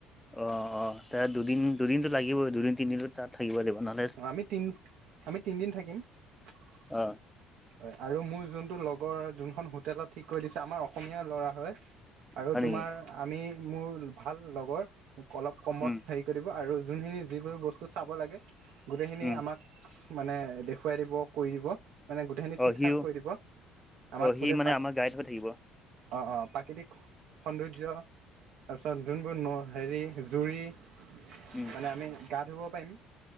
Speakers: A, in the centre; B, on the right.
A: অ-অ তাৰ দুদিন-দুদিনটো লাগিবই, দুদিন-তিনদিনটো তাত থাকিব লাগিব ন। <unintelligible>
B: অ আমি তিন <inaudible> আমি তিনিদিন থাকিম। <unintelligible>
A: অ
B: হয় আৰু মোৰ যোনটো লগৰ যোনখন হোটেলত ঠিক কৰি দিছে, আমাৰ অসমীয়া ল'ৰা হয়। <inaudible> আৰু
A: হয়
B: তোমাৰ,
A: নেকি
B: আমি, মোৰ ভাল লগৰ। <unintelligible> অলপ কমত
A: উম
B: হেৰি কৰি দিব আৰু যোনখিনি যিবোৰ বস্তু চাব লাগে <inaudible> গোটেইখিনি
A: উম
B: আমাক মানে <unintelligible> দেখুৱাই দিব, কৰি দিব। মানে গোটেইখিনি
A: অ
B: ঠিক-ঠাক
A: সিও
B: কৰি দিব। আমাক
A: অ সি
B: মুঠেই
A: মানে
B: প <unintelligible>
A: আমাৰ গাইড হৈ থাকিব
B: অঁ-অঁ প্ৰাকৃতিক সৌন্দৰ্য <unintelligible> তাৰপিছত যোনবোৰ নৈ হেৰি জুৰি <inaudible>
A: উম
B: মানে আমি গা ধুব পাৰিম।